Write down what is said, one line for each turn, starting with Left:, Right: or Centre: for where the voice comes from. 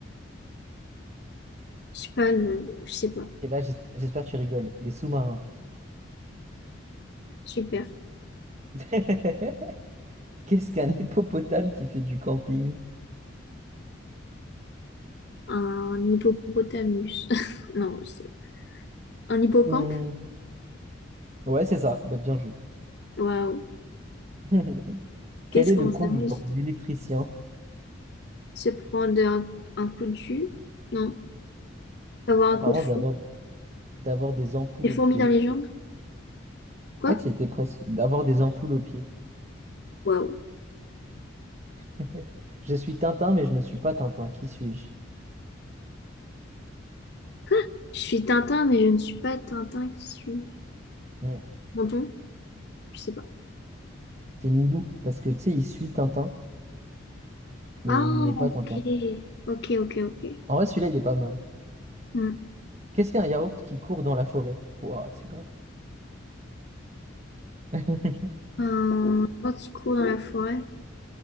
Left: Je sais pas, le... je sais pas.
Right: Ok, là, j'es- j'espère que tu rigoles. Les sous-marins.
Left: Super.
Right: <laughs> Qu'est-ce qu'un hippopotame qui fait du camping?
Left: Un hippopotamus. <laughs> Non, c'est- un hippocampe.
Right: Hmm, Ouais, c'est ça. Bah, bien joué.
Left: Waouh.
Right: <laughs> Quel
Left: Qu'est-ce
Right: est
Left: qu'on
Right: le comble
Left: s'amuse.
Right: pour un électricien?
Left: Se prendre un, un coup de jus. Non. Avoir
Right: Apparemment,
Left: un coup de fou.
Right: d'avoir d'avoir des ampoules
Left: Des fourmis
Right: aux pieds.
Left: dans les jambes. Quoi?
Right: Ouais, tu y étais presque. D'avoir des ampoules aux pieds.
Left: Waouh.
Right: <laughs> Je suis Tintin, mais je ne suis pas Tintin. Qui suis-je?
Left: Quoi? Je suis Tintin, mais je ne suis pas Tintin qui suis.
Right: Hmm,
Left: Menton? Je sais pas.
Right: C'est Milou, parce que tu sais, il suit Tintin, mais
Left: Ah,
Right: il n'est pas
Left: ok.
Right: Tintin.
Left: Ok, ok, ok.
Right: En vrai, celui-là, il est pas mal.
Left: Hmm.
Right: Qu'est-ce qu'un yaourt qui court dans la forêt? Pouah, celui-là. <laughs>
Left: Un gentil coup dans la forêt.